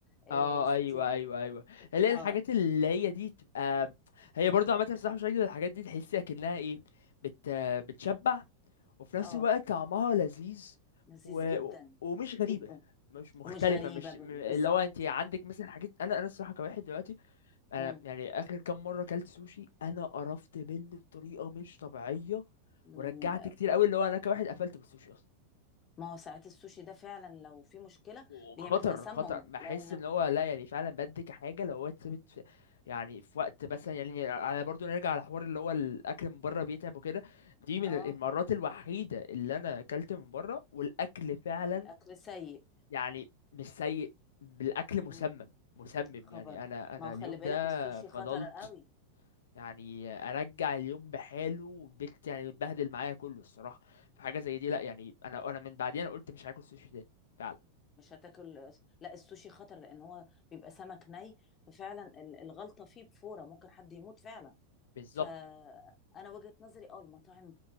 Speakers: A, on the left; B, on the left.
A: آه،
B: اه
A: ستيك
B: ايوه ايوه ايوه اللي هي
A: اه
B: الحاجات اللي هي دي تبقى هي برضه عامة الصراحة مش عاجبة الحاجات دي تحسيها كأنها ايه بت... بتشبع وفي نفس
A: اه
B: الوقت طعمها لذيذ
A: لذيذ
B: و...
A: جدا
B: و- ومش غريبة
A: جدا
B: مش مختلفة
A: ومش غريبة
B: مش
A: ب-
B: م- اللي
A: بالظبط
B: هو انت عندك مثلا حاجات انا انا الصراحة كواحد دلوقتي انا
A: مم.
B: يعني اخر كام مرة اكلت سوشي انا قرفت منه بطريقة مش طبيعية
A: مم.
B: ورجعت كتير قوي اللي هو انا كواحد قفلت بالسوشي اصلا
A: ما هو ساعات السوشي ده فعلا لو في مشكلة
B: وخطر
A: بيعمل تسمم
B: خطر بحس
A: لأنه
B: ان هو لا يعني فعلا بدي كحاجه لو هو اتثبت في يعني في وقت مثلا يعني على برضو نرجع على حوار اللي هو الاكل من بره بيتعب وكده دي من
A: اه
B: المرات الوحيده اللي انا اكلت من بره والاكل فعلا
A: والأكل سيء
B: يعني مش سيء بالاكل مسمم
A: مم.
B: مسمم
A: خبر
B: يعني انا انا
A: ما هو خلي
B: اليوم
A: بالك
B: ده
A: السوشي
B: فضلت
A: خطر قوي
B: يعني ارجع اليوم بحاله والبيت يعني اتبهدل معايا كله الصراحه فحاجه زي دي لا يعني انا انا من بعديها انا قلت مش هاكل سوشي تاني فعلا
A: مش هتاكل لا السوشي خطر لأن هو بيبقى سمك ني ففعلا ال- الغلطة فيه بفورة ممكن حد يموت فعلا
B: بالظبط
A: فانا وجهة نظري اه المطاعم